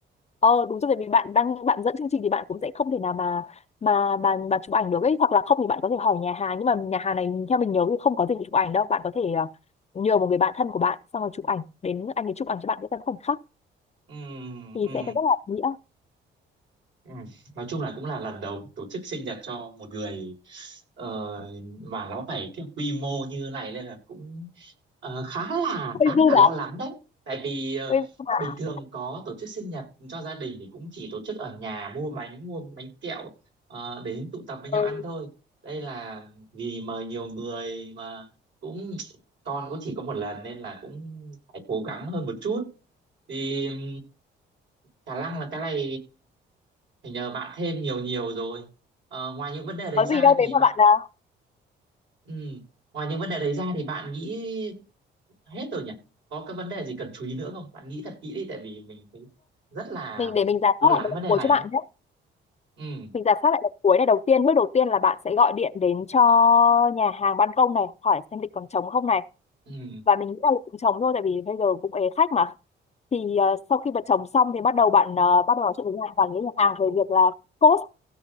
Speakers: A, on the left; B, on the right.
A: ờ đúng rồi vì bạn đang bạn dẫn chương trình thì bạn cũng sẽ không thể nào mà mà mà mà chụp ảnh được ấy hoặc là không thì bạn có thể hỏi nhà hàng nhưng mà nhà hàng này theo mình nhớ thì không có dịch vụ chụp ảnh đâu bạn có thể ờ, nhờ một người bạn thân của bạn xong rồi chụp ảnh đến anh ấy chụp ảnh cho bạn cái tấm khoảnh khắc
B: Ừ,
A: thì
B: ừ.
A: sẽ rất là ý nghĩa
B: Ừ. Nói chung là cũng là lần đầu tổ chức sinh nhật cho một người ờ, mà nó phải cái quy mô như này nên là cũng ờ, khá là
A: hơi
B: khá
A: dư
B: là lo
A: giả
B: lắng đấy. Tại vì ờ,
A: hơi dư dả.
B: bình thường có tổ chức sinh nhật cho gia đình thì cũng chỉ tổ chức ở nhà mua bánh mua bánh kẹo ờ, đến tụ tập với
A: ừ.
B: nhau ăn thôi. Đây là vì mời nhiều người mà cũng con cũng chỉ có một lần nên là cũng phải cố gắng hơn một chút. Thì ừm, khả năng là cái này phải nhờ bạn thêm nhiều nhiều rồi. Ờ, ngoài những vấn đề đấy
A: có
B: ra
A: gì đâu
B: thì
A: thế mà
B: bạn
A: bạn nào
B: ừ, ngoài những vấn đề đấy ra thì bạn nghĩ hết rồi nhỉ? Có cái vấn đề gì cần chú ý nữa không? Bạn nghĩ thật kỹ đi tại vì mình thấy rất là
A: mình để mình giả
B: lo
A: soát
B: lắng
A: lại một lần
B: vấn đề
A: cuối
B: này
A: cho bạn
B: ấy.
A: nhé
B: Ừ,
A: mình giả soát lại đợt cuối này đầu tiên bước đầu tiên là bạn sẽ gọi điện đến cho nhà hàng ban công này hỏi xem lịch còn trống không này
B: ừ,
A: và mình nghĩ là lịch cũng trống thôi tại vì bây giờ cũng ế khách mà thì ờ, sau khi mà trống xong thì bắt đầu bạn ờ, bắt đầu nói chuyện với nhà hàng và với nhà hàng về việc là cost